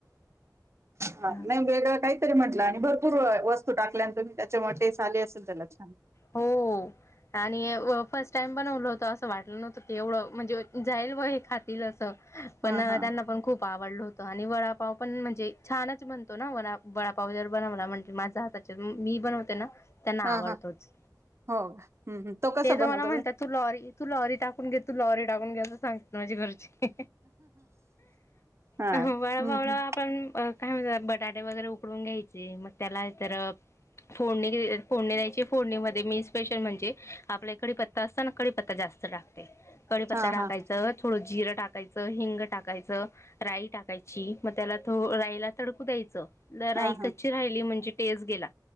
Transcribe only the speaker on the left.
असं
हो आणि फर्स्ट टाइम बनवल होत असं वाटलं नव्हतं तेवढं म्हणजे जाईल व हे खातील पण
त्यांना पण खूप आवडल होत आणि ब डपाव पण म्हणजे छानच बनतो ना वडापाव जर बनवला म्हणजे माझा हाताच्या मी बनवते ना त्यांना
आवडतोच.
ते तर
मला म्हणतात तू लॉरी तू लॉरी टाकून घेत तू लॉरी टाकून घे सांगत माझी घरची
बाळाबावळा
आपण काय म्हणत बटाटे वगैरे उकडून घ्यायचे मग त्याला तर फोडणी फोडणी द्यायची फोडणीमध्ये मी स्पेशल म्हणजे आपल्या कडीी पत्ता असतना कडीपत्ता जास्त टाकते कडीपत्ता
टाकायं
थोडं जिर टाकायचं हिंग टाकायचं राई टाकायची मग त्याला राईला तडकू द्यायचं जरा राई
कच्ची राहिली म्हणजे टेस् गेला.